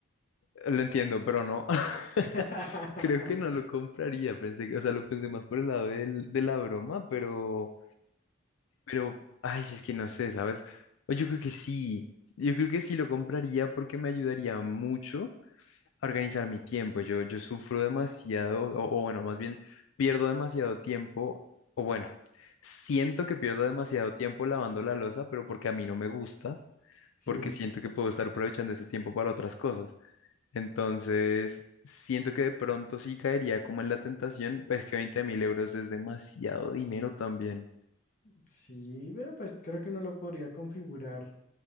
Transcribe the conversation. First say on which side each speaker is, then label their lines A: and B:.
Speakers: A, on the left; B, on the left.
A: eh, lo entiendo, pero no, <laughs>
B: <laughs>
A: creo que no lo compraría, pensé que, o sea, lo pensé más por el lado del- de la broma, pero, pero, ay, es que no sé, ¿sabes? O Yo creo que sí, yo creo que sí lo compraría porque me ayudaría mucho a organizar mi tiempo. Yo, yo sufro demasiado, o, o bueno, más bien pierdo demasiado tiempo, o bueno, siento que pierdo demasiado tiempo lavando la losa, pero porque a mí no me gusta,
B: Sí,
A: porque siento que puedo estar aprovechando ese tiempo para otras cosas. Entonces, siento que de pronto sí caería como en la tentación, es que veinte mil euros es demasiado dinero también.
B: sí, pero pues creo que uno lo podría configurar